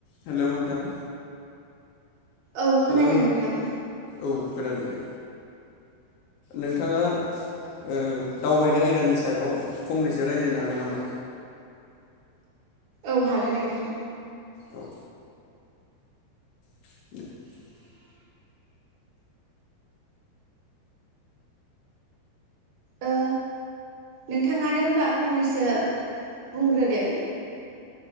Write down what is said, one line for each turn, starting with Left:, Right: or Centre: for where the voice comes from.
Left: Hello नोंथां।
Right: औ खोनादों
Left: hello
Right: नोंथां।
Left: औ खोनादों दे नोंथाङा ओ दावबायनाय आयदानि सायाव फंनैसो रायज्लायनो हागोन नामा?
Right: औ हागोन नोंथां।
Left: औ <inaudible>
Right: ओ नोंथाङानो होमबा फंनैसो बुंग्रोदो।